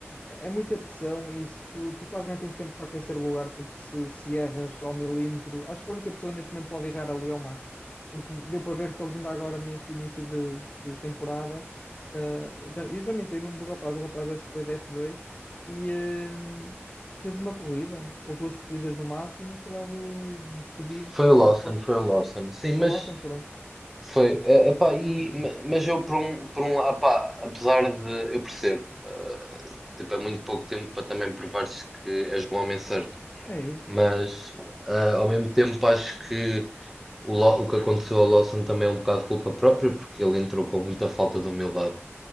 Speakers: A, on the left (about 25°); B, in the centre.
A: é muita pressão e isso, tu, tu quase nem tens tempo para aquecer o lugar, porque se, se erras ao milímetro, acho que a única pessoa neste momento pode errar ali é o Max, porque deu para ver que eles ainda agora, neste início de, de temporada, ah, já, eu já nem sei o nome do rapaz, o rapaz acho que veio da F2 e ah, fez uma corrida, ou duas corridas no máximo, e foi logo despedido,
B: Foi
A: passou
B: o Lawson,
A: logo para,
B: foi o Lawson. Sim, mas
A: foi lá, pronto.
B: foi. eh, Epá, e, ma- mas eu por um, por um lado, epá, apesar de. Eu percebo, eh, tipo, é muito pouco tempo para também provares que és um homem certo.
A: É isso.
B: Mas eh, ao mesmo tempo acho que o, Law- o que aconteceu ao Lawson também é um bocado culpa própria, porque ele entrou com muita falta de humildade.